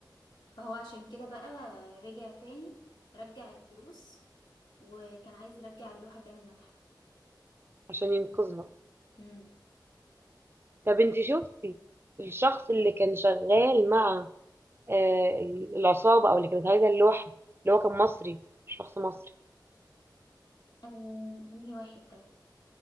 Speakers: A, on the left; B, on the right.
A: فهو عشان كده بقى رجع تاني رجع الفلوس وكان عايز يرجع اللوحة تاني المتحف
B: عشان ينقذها
A: امم
B: طب انت شفتي الشخص اللي كان شغال مع آه، العصابه او اللي كانت عايزه اللوحه اللي هو كان مصري شخص مصري
A: آه انهي واحد ده